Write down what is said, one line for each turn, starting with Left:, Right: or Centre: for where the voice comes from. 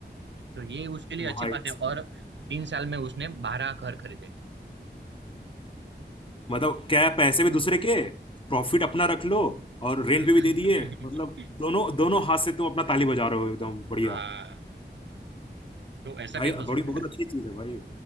Right: तो ये उसके लिए अच्छी
Left: भाई
Right: बात
Left: साहब।
Right: है और तीन साल में उसने बारह घर खरीदे
Left: मतलब क्या है पैसे भी दूसरे के प्रॉफिट अपना रख लो और रेंट
Right: हाँ
Left: भी, भी दे दिए मतलब
Right: <laughs>
Left: दोनों दोनों हाथ से तुम अपना ताली बजा रहे हो एकदम बढ़िया
Right: हाँ तो ऐसा
Left: भाई
Right: भी हो सकता
Left: बड़ी बहुत
Right: है
Left: अच्छी चीज है भाई